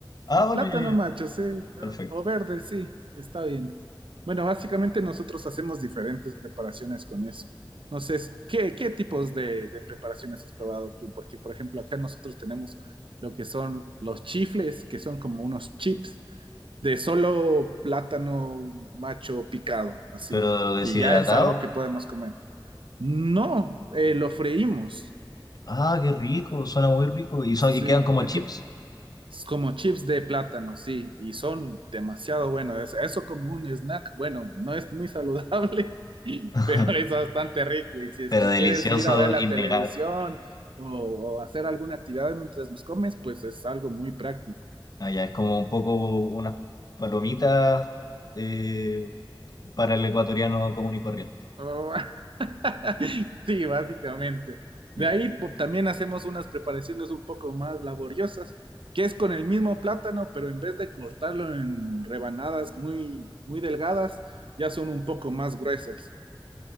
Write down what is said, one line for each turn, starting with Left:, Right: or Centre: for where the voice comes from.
Left: Ah, bueno,
Right: Plátano
Left: ya, ya,
Right: macho, sí, ¿no?
Left: perfecto.
Right: o verde, sí, está bien. Bueno, básicamente nosotros hacemos diferentes preparaciones con eso. No sé, es- ¿qué, qué tipos de, de preparaciones has probado tú? Porque, por ejemplo, acá nosotros tenemos lo que son los chifles, que son como unos chips de solo plátano macho picado, así.
Left: Pero deshidratado,
Right: Y ya es algo que podemos comer. No, eh, lo freímos.
Left: ah, qué rico, suena muy rico. Y, son,
Right: Sí,
Left: y quedan como
Right: ento-
Left: chips,
Right: es Como chips de plátano, sí, y son demasiado buenos. Es- Eso como un snack, bueno, no es muy saludable, <laughs>
Left: <laughs>
Right: pero es bastante rico. Y si es
Left: pero
Right: que
Left: delicioso,
Right: quieres ir a ver
Left: innegable.
Right: la televisión o, o hacer alguna actividad mientras los comes, pues es algo muy práctico.
Left: Ah, ya, es como un poco unas palomitas eh, para el ecuatoriano común y corriente.
Right: Oh, <laughs> Sí, básicamente. De
Left: Ya,
Right: ahí pu- también hacemos unas preparaciones un poco más laboriosas, que es con el mismo plátano, pero en vez de cortarlo en rebanadas muy, muy delgadas, ya son un poco más gruesas.